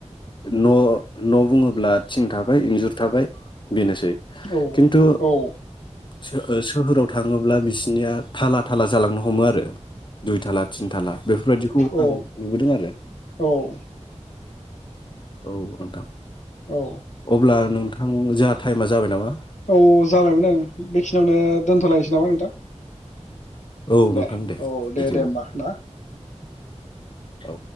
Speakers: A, on the left (about 40°); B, on the left (about 75°).
A: न' न' बुङोब्ला, थिं थाबाय इन्जुर थाबाय बेनोसै
B: औ
A: खिन्थु,
B: औ
A: सो-सोहोराव थाङोब्ला बिसनिया थाला थाला जालांनो हमो आरो दुइ थाला थिन थाला बेफोरबायदिखौ
B: औ
A: आं नुबोदों आरो।
B: औ
A: औ नोंथां।
B: औ
A: अब्ला नोंथां जा टाइमा जाबाय नामा?
B: औ जाबायमोन आं बेखिनियावनो दोन्थलायनोसै नामा नोंथां?
A: औ
B: दे
A: नोंथां
B: औ दे
A: बिदिब्ला
B: दे होमबा ना।
A: औ औ